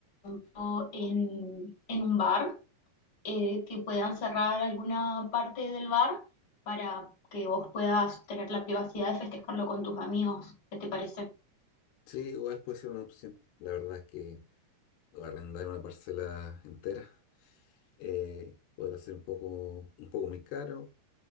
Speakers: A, on the left; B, on the left.
A: ejemplo, en, en un bar eh, que puedan cerrar alguna parte del bar para que vos puedas tener la privacidad de festejarlo con tus amigos. ¿Qué te parece?
B: Sí, igual puede ser una opción. La verdad es que arrendar una parcela entera eh, podrá ser un poco, un poco muy caro.